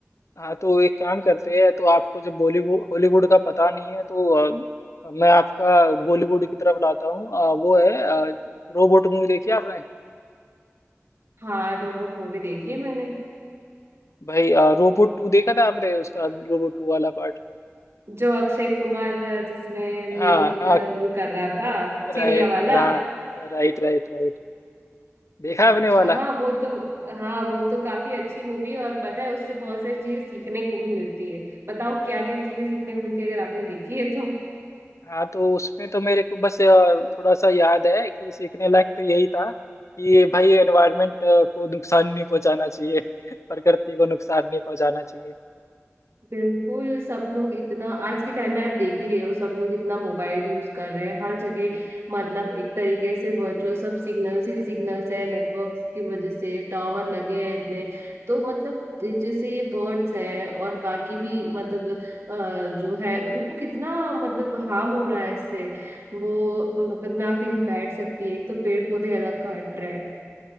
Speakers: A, on the left; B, on the right.
A: हाँ तो एक काम करते हैं तो आपको जब बॉलीवुड हॉलीवुड का पता नहीं है तो अ, मैं आपका बॉलीवुड की तरफ लाता हूँ अ, वो है रोबोट मूवी देखी आपने
B: हाँ रोबोट मूवी देखी है मैंने
A: भाई रोबोट टू देखा था आपने उसका रोबोट टू वाला पार्ट
B: जो अक्षय कुमार अ, जिसमें
A: हाँ
B: मेन
A: हाँ
B: रोल कर रहा था चिड़िया
A: राय
B: वाला
A: हाँ रा, राइट राइट राइट देखा आपने
B: अच्छा
A: वाला
B: हाँ वो तो हाँ वो तो काफी अच्छी मूवी है और पता है उससे बहुत सारी चीजें सीखने को भी मिलती है बताओ क्या क्या चीजें सीखने को मिलती है अगर आपने देखी है तो
A: हाँ तो उसमें तो मेरे को बस अ, थोड़ा सा याद है कि सीखने लायक तो यही था कि भाई एनवायरनमेंट को नुकसान नहीं पहुंचाना चाहिए <laughs> प्रकृति को नुकसान नहीं पहुंचाना चाहिए
B: बिल्कुल सब लोग इतना आज के टाइम में आप देख ही रहे हो सब लोग इतना मोबाइल यूज कर रहे हैं हर जगह
A: हम्म।
B: मतलब एक तरीके से वर्चुअल सब सिग्नल्स ही सिग्नल्स है नेटवर्क की वजह से टावर लगे हैं इतने तो मतलब जैसे ये बर्ड्स हैं और बाकी भी मतलब अ, जो है उनको कितना मतलब हार्म हो रहा है इससे वो मतलब ना कहीं बैठ सकती है एक तो पेड़ पौधे अलग काट रहे हैं